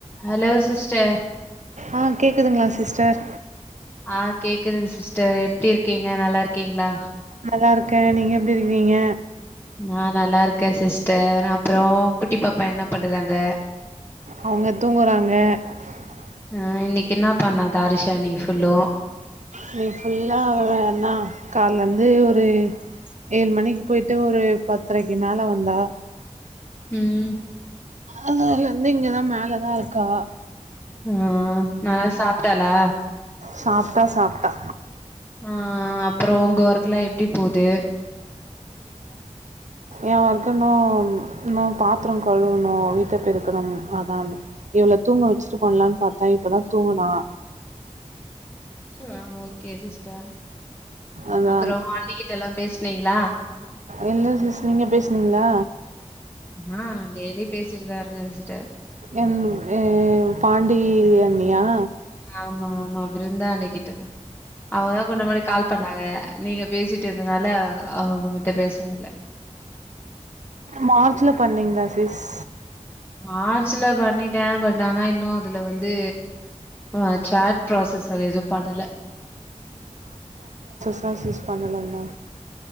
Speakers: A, on the left (about 15°); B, on the right (about 70°).
A: Hello sister
B: ஆ கேக்குதுங்களா sister
A: ஆஹ் கேக்குதுங்க சிஸ்டர் எப்படி இருக்கீங்க நல்லா இருக்கீங்களா
B: நல்லா இருக்கேன் நீங்க எப்படி இருக்கிறீங்க
A: நான் நல்லா இருக்கேன் சிஸ்டர் அப்புறம் குட்டி பாப்பா என்ன பண்னுறாங்க
B: அவங்க தூங்குறாங்க <inaudible>
A: ஆஹ் இன்னைக்கு என்ன பண்ணது அரசாணி ஃபுல்லும்
B: இன்னைக்கு ஃபுல்லா அண்ணா காலைலேருந்து ஒரு ஏழு மணிக்கு போயிட்டு ஒரு பத்தரைக்கு மேலே வந்தா
A: ம்
B: அதால இருந்து இங்கதான் மேலதான் இருக்கா
A: ஆஹ் நல்லா சாப்பிட்டாளா
B: சாப்பிட்டா சாப்பிட்டா
A: ஆஹ் அப்புறம் உங்க ஒர்க்கெல்லாம் எப்படி போகுது
B: என் ஒர்க் இன்னும் இன்னும் பாத்திரம் கழுவணும் வீட்டை பெருக்கணும் அதான் இவ்ள தூங்க வச்சுட்டு பண்ணலாம்னு பார்த்தா இப்பதான் தூங்குனா
A: ஆஹ் ஓகே சிஸ்டர்
B: அதா
A: அப்புறம் ஆண்டிகிட்டே எல்லாம் பேச நீங்களா
B: என்ன விஷேசம் நீங்க பேசனீங்கங்களா
A: ஆ டெய்லி பேசிட்டு தான் இருக்கேன் சிஸ்டர்
B: என் பாண்டி அண்ணியா
A: ஆமா ஆமா பிருந்தா அன்னைக்கி அவதான் கொஞ்ச முன்னாடி கால் பண்ணாங்க நீங்க பேசிட்டதுனால அவ அவங்ககிட்ட பேச முடியல
B: மார்ச்ல பண்ணீங்களா சிஸ்
A: மார்ச்ல பண்ணிட்டேன் பட் ஆனா இன்னும் அதுல வந்து ஆஹ சாட் ப்ராசஸ் அது எதுவும் பண்ணுல
B: தஸ்யூஸ் பண்ணலனா